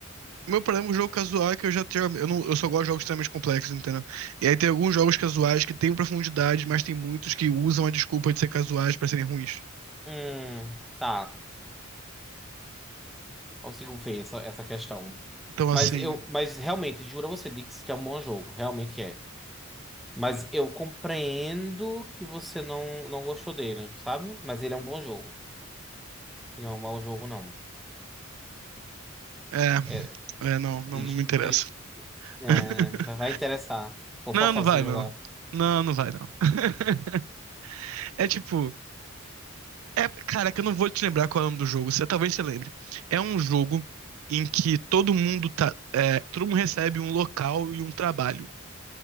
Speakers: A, on the right; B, in the centre.
A: Meu problema com o jogo casual é que eu já tenho. Eu, não, eu só gosto de jogos extremamente complexos, entendeu? E aí tem alguns jogos casuais que têm profundidade, mas tem muitos que usam a desculpa de ser casuais pra serem ruins.
B: Hum, tá. Consigo ver essa, essa questão.
A: Então,
B: Mas
A: assim.
B: eu, mas realmente, juro a você, Dix, que é um bom jogo, realmente é. Mas eu compreendo que você não, não gostou dele, sabe? Mas ele é um bom jogo. Não é um mau jogo, não.
A: É.
B: É
A: É, não, não,
B: triste.
A: não me interessa.
B: Triste. É,
A: <laughs>
B: vai interessar. Vou
A: Não,
B: forçar
A: não vai,
B: você a jogar.
A: não. Não, não vai, não. <laughs> É tipo. É, cara, que eu não vou te lembrar qual é o nome do jogo. Você, talvez você lembre. É um jogo em que todo mundo tá. é, todo mundo recebe um local e um trabalho.